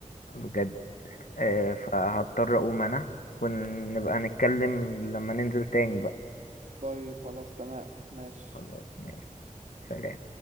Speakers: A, on the left; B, on the right.
A: بجد اه،
B: اه
A: فهضطر اقوم انا ونبقى نتكلم لما ننزل تاني بقى.
B: طيب خلاص تمام ماشي
A: خلاص ماشي سلام